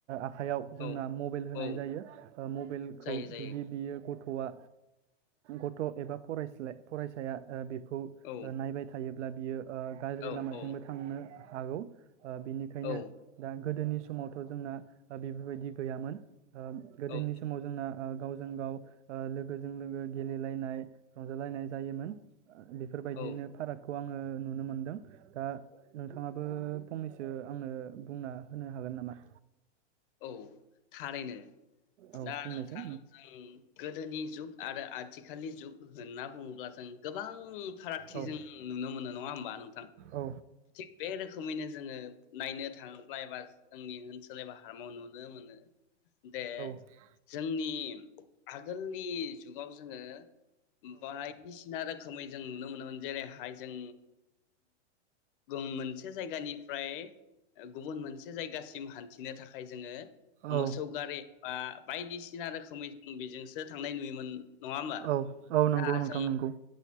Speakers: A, on the right (about 80°); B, on the left (about 50°).
A: आखाइयाव जोंना
B: औ
A: मबाइेल होनाय
B: औ
A: जायो ओ मबाइेलखौ
B: जायो जायो
A: जुदि गथआ गथ एबा फरायस्ला फरायसाया ओ बे खौ ओ
B: औ
A: नायबाय थायो अब्ला बियो ओ गाज्रि
B: औ
A: लामाथिंबो
B: औ
A: थांनो हागौ ओ बेनिखायनो
B: औ
A: दा गोदोनि समावथ' जोंना ओ बेफोरबायदि गैयामोन। ओ गोदोनि
B: औ
A: समाव जोंना ओ गाव जों गाव ओ लोगोजों लोगो गेलेलायनाय। रंजालायनाय जायोमोन बेफोरबायदिनो
B: औ
A: फारागखौ आङो नुनो मोनदों दा नोंथाङाबो फंनैसो आंनो बुंना होनो हागोन नामा।
B: औ थारैनो।
A: औ
B: दा
A: बुंनायसाय
B: नोंथां जों गोदोनि जुग आरो आथिखालनि जुग जोंना बुङोब्ला जों गोबां फारागथि
A: औ
B: जों नुनो मोनो नङा होमबा नोंथां
A: औ
B: थिग बे रोखोमैनो जोङो। नायनो थाङोब्ला एबा जोंनि ओनसोल एबा फार्माव नुनो मोनो दे
A: औ
B: जोंनि आगोलनि जुगाव जोङो बायदिसिना रोखोम खोमै जों नुनो मोनोमोन जेरैहाय जों गुं मोनसे जायगानिफ्राय गुबुन मोनसे जायगासिम हान्थिनो थाखाय थाखाय जोङो
A: औ
B: मोसौ गारि बा बायदिसिना रोखोमै उम बेजोंसो थांनाय नुयोमोन नङा होमबा
A: औ औ नंगौ
B: दा
A: नोंथां
B: जों
A: नंगौ।